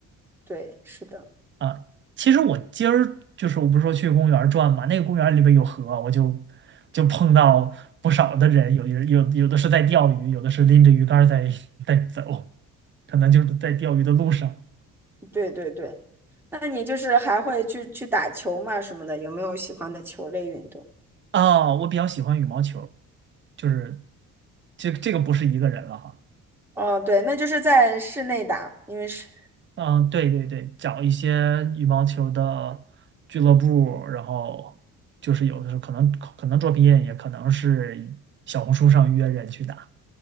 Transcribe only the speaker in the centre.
对，是的，
对对对。那你就是还会去去打球嘛什么的，有没有喜欢的球类运动？
哦，对，那就是在室内打，因为室